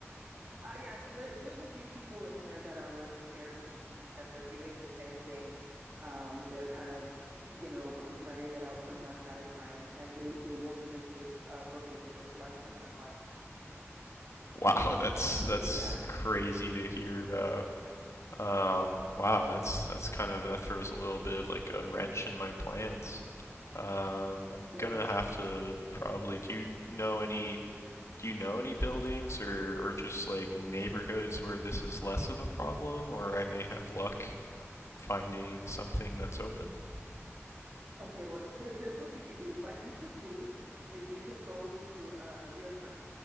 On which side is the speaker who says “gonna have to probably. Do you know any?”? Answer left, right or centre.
Left